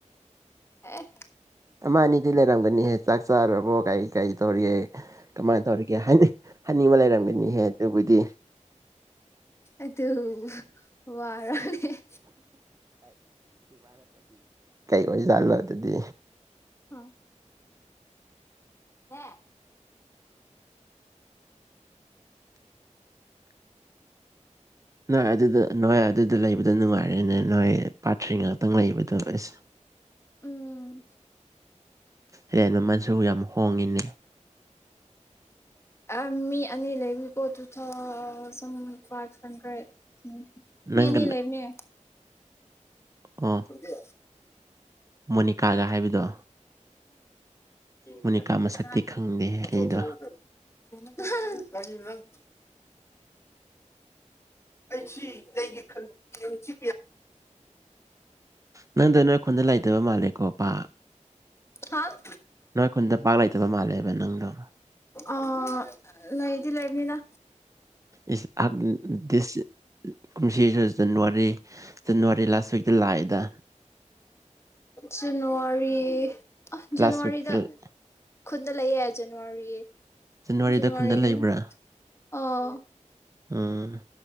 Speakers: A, on the left (about 20°); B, on the right (about 25°).
A: ꯑ
B: ꯃꯥꯅꯤꯗꯤ ꯂꯩꯔꯝꯒꯅꯤ ꯍꯥꯏ ꯆꯥꯔꯕꯣ ꯀꯩ ꯀꯔꯤ ꯇꯧꯔꯤꯒꯦ ꯀꯃꯥꯏꯅ ꯇꯧꯔꯤꯒꯦ ꯍꯥꯏꯅꯤꯡ ꯍꯅꯤꯡꯕ ꯂꯩꯔꯝꯒꯅꯤꯍꯦ ꯑꯗꯨꯕꯨꯗꯤ
A: ꯑꯗꯣ ꯋꯥꯔꯅꯦꯦ
B: ꯀꯩꯀ ꯑꯣꯏꯖꯥꯠꯂꯣ ꯑꯗꯨꯗꯤ
A: ꯍꯥ ꯅ
B: ꯅ ꯑꯗꯨꯗ ꯅꯨꯡꯉꯥꯏ ꯑꯗꯨꯗ ꯂꯩꯕꯗ ꯅꯨꯡꯉꯥꯏ ꯐꯔꯅꯦ ꯅꯣꯏ ꯄꯥꯊ꯭ꯔꯤ ꯉꯥꯛꯇꯪ ꯂꯩꯕꯗꯣꯁ
A: ꯎꯝ
B: ꯍꯦꯟ ꯃꯃꯜꯁꯨ ꯌꯥꯝ ꯍꯣꯡꯉꯤꯅꯦ
A: ꯑꯦ ꯃꯤ ꯑꯅꯤ ꯂꯩꯕꯤꯕꯣ ꯇꯨ ꯊꯥꯎ ꯁꯨꯝ ꯐꯥꯏꯚ ꯍꯟꯗ꯭ꯔꯦꯠ ꯎ
B: ꯅꯪꯒ
A: ꯃꯤ ꯑꯅꯤ ꯂꯩꯕꯅꯦ
B: ꯑꯣ
A: ꯕꯤ
B: ꯃꯣꯅꯤꯀꯥꯒ ꯍꯥꯏꯕꯗꯣ
A: <unintelligible>
B: ꯃꯣꯅꯤꯀꯥ ꯃꯁꯛꯇꯤ ꯈꯪꯗꯦꯍꯦ ꯑꯩꯗꯣ
A: ꯀꯔꯤ ꯅꯪ ꯑꯩꯁꯤ <unintelligible> ꯅꯒꯤ ꯈꯟ ꯆꯤ
B: ꯅꯪꯗ ꯅꯣꯏ ꯈꯨꯟꯗ ꯂꯩꯇꯕ ꯃꯥꯜꯂꯦ ꯀꯣꯄꯥ
A: ꯍꯥ
B: ꯅꯣꯏ ꯈꯨꯟꯗ ꯄꯥꯛ ꯂꯩꯇꯕ ꯃꯥꯜꯂꯦꯕ ꯅꯪꯗꯣ
A: ꯑꯥ ꯂꯩꯗꯤ ꯂꯩꯕꯅꯤꯗ
B: ꯏꯁ <unintelligible> ꯀꯨꯝꯁꯤꯁꯨ ꯖꯅꯋꯥꯔꯤ ꯖꯅꯋꯥꯔꯤ ꯂꯥꯁ ꯋꯤꯛꯇ ꯂꯥꯛꯑꯦꯗ
A: ꯖꯅꯋꯥꯔꯤ ꯑ
B: ꯂꯥꯁ
A: ꯖꯅꯋꯥꯔꯤꯗ
B: ꯋꯤꯛꯇ
A: ꯈꯨꯟꯗ ꯂꯩꯌꯦ ꯖꯅꯋꯥꯔꯤ
B: ꯖꯅꯋꯥꯔꯤꯗ
A: ꯖꯅꯋꯥꯔꯤꯗꯔ
B: ꯈꯨꯟꯗ ꯂꯩꯕ꯭ꯔꯥ
A: ꯑꯥ
B: ꯎꯝ